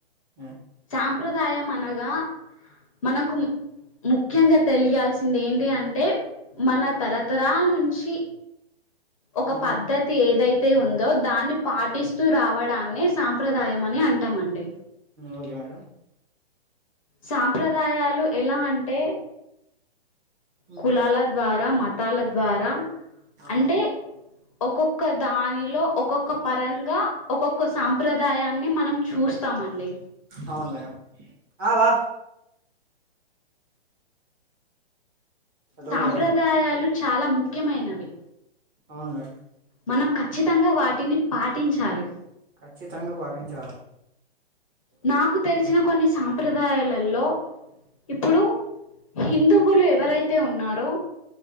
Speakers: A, on the right (about 20°); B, on the left (about 35°).
A: ఆ
B: సాంప్రదాయం అనగా మనకు ముఖ్యంగా తెలియాల్సింది ఏంటి అంటే మన తరతరాల నుంచి ఒక పద్ధతి
A: ఉమ్,
B: ఏదైతే తే ఉందో దాన్ని పాటిస్తూ రావడాన్ని సాంప్రదాయం అని అంటామండి
A: ఓకే మేడం
B: సాంప్రదాయాలు ఎలా అంటే
A: ఉమ్,
B: కులాల ద్వారా మత తాల ద్వారా
A: ఆ,
B: అంటే ఒక్కొక్క దానిలో ఒక్కొక్క పరంగా ఒక్కొక్క సాం ప్రదాయాన్ని మనం చూస్తామండి
A: అవును మేడం ఆ, వా హలో
B: సాంప్రదాయాలు
A: మేడం
B: చాలా ముఖ్యమైనవి
A: అవును మేడం
B: మనం ఖచ్చితంగా వాటిని పాటించాలి.
A: కచ్చితంగా పాటించాల.
B: నాకు తెలిసిన కొన్ని సాంప్రదాయాలలో, ఇప్పుడు, హిందువులు ఎవరైతే ఉన్నారో.